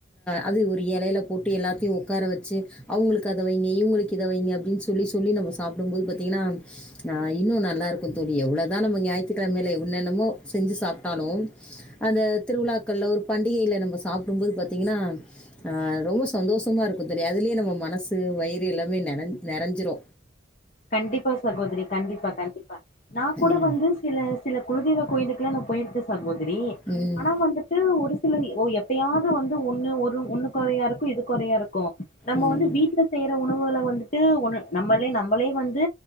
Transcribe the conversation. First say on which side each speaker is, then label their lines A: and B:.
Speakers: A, in the centre; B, on the left.
A: அது ஒரு இலையில் போட்டு எல்லா ற்றி உட்கார வச்சு அவங்களுக்கு அதை வைங்க இவங்களுக்கு இதை வைங்க அப்படின்னு சொல்லி சொல்லி நம்ம சாப்பிடும்போது பார்த்தீங்கன்னா இன்னு நல்லா இருக்கும்ன்னனு தோழி எவ்வளோ தா நம்ம ஞாயிற்றுக்கிழமல எவ்னன்னமோ செஞ்சு சாப்பிட்டாலும் அந்த திருவிழாக்கள் ஒரு பண்டிகையில் நம்ம சாப்பிடும் போது பார்த்தீங்கன்னா ரொம்ப சந்தோஷம் மா இருக்கு தெரியா அதுேயே நம்ம மனசு வயிறு எல்லாமே நறஞ்சிரு நறஞ்சிரு
B: கண்டிப்பா சகோதரி கண்டிப்பா கண்டிப்பா நான் கூட
A: ம்
B: வந்து சில சில குலதெய்வ கோயிலுக்குெல்லா நா போயிருக்க சகோதரி
A: ம்
B: ஆனா வந்துட்டு ஒரு எப்பாவது வந்து ஒண்ணு ஒரு ஒண்ணு குறையா இருக்கு இது குறையா இருக்கு நம்ம
A: ம்
B: வந்து வீட்டுல செய்யற உணவுகளை வந்து நம்மள நம்ம அவளே வந்து